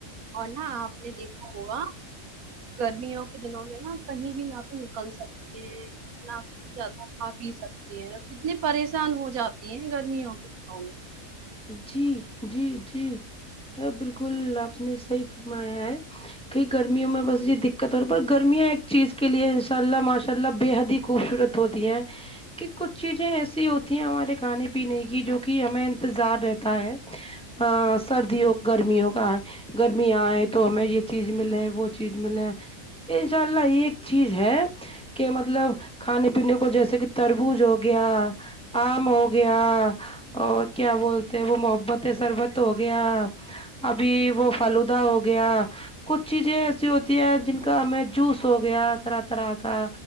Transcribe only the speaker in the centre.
جی جی جی یہ بالکل آپ نے صحیح فرمایا ہے کہ گرمیوں میں بس یہ دقت ہو رہی پر گرمیاں ایک چیز کے لیے ان شاء اللہ ماشاء اللہ بے حد ہی خوبصورت ہوتی ہیں کہ کچھ چیزیں ایسی ہوتی ہیں ہمارے کھانے پینے کی جو کہ ہمیں انتظار رہتا ہے سردیوں گرمیوں کا گرمیاں آئے تو ہمیں یہ چیز ملے ہے وہ چیز ملے ان شاء اللہ ایک چیز ہے کہ مطلب کھانے پینے کو جیسے کہ تربوز ہو گیا آم ہو گیا اور کیا بولتے ہیں وہ محبت سربت ہو گیا ابھی وہ فلودہ ہو گیا کچھ چیزیں ایسی ہوتی ہیں جن کا ہمیں جوس ہو گیا طرح طرح کا